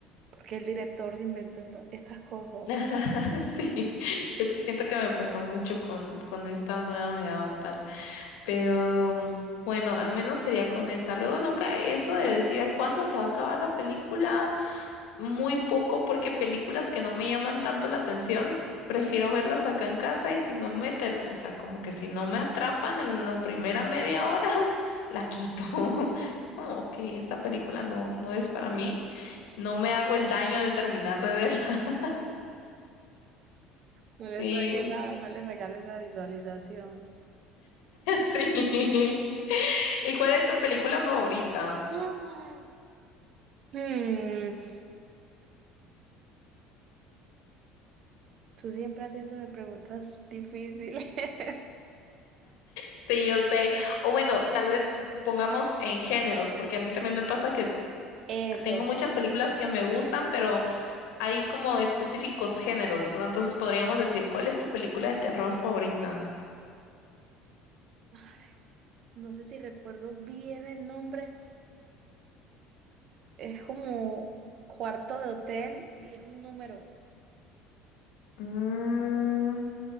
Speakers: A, on the right; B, on the left.
A: porque el director se inventó ento- estas cosas?
B: Ajá, <laughs> sí, eso siento que me pasó mucho con, con esta nueva de Avatar, pero mm, bueno, al menos sería con esa. Luego nunca eso de decir a cuándo se va a acabar la película, muy poco porque películas que no me llaman tanto la atención, prefiero verlas acá en casa y si no me, ter- o sea, como que si no me atrapan en la primera media hora, <laughs> la quito. <laughs> Es como, ok, esta película no, no es para mí, no me hago el daño de terminar de verla. <laughs>
A: No les
B: Sí,
A: doy esa, no les regalo esa visualización.
B: <laughs> Sí. ¿Y cuál es tu película favorita?
A: No. Mm, tú siempre haciéndome preguntas difíciles. <laughs>
B: Sí, yo sé. O bueno, tal vez pongamos en géneros, porque a mí también me pasa que
A: Eso
B: tengo muchas
A: sí.
B: películas
A: No
B: que me gustan, pero hay como específicos géneros, ¿verdad? Entonces podríamos decir, ¿cuál es tu película de terror favorita?
A: Ay, no sé si recuerdo bien el nombre. Es como cuarto de hotel y es un número.
B: Mm,